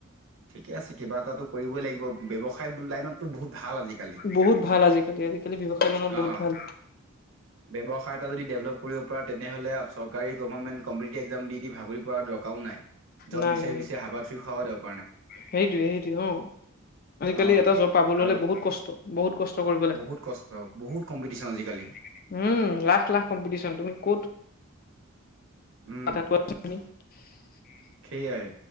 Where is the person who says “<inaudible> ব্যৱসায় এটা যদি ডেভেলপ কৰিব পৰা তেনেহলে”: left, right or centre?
Right